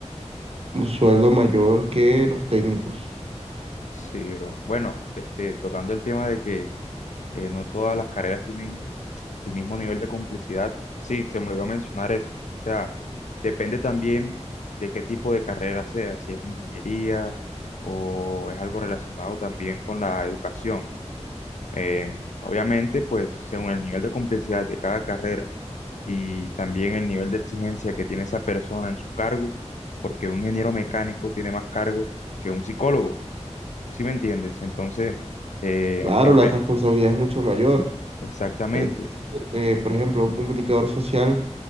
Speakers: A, on the right; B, on the left.
A: un sueldo mayor que los técnicos.
B: Sí, bro. Bueno, este, tocando el tema de que eh, no todas las carreras tienen el mismo nivel de complejidad. Sí, se me olvidó mencionar eso. O sea, depende también de qué tipo de carrera sea, si es una ingeniería o es algo relacionado también con la educación. Eh, obviamente, pues según el nivel de complejidad de cada carrera y también el nivel de exigencia que tiene esa persona en su cargo, porque un ingeniero mecánico tiene más cargo que un psicólogo, ¿sí me entiendes? Entonces, eh,
A: Claro,
B: hay re-
A: la responsabilidad es mucho mayor.
B: exactamente.
A: Es decir, eh, por ejemplo, un comunicador social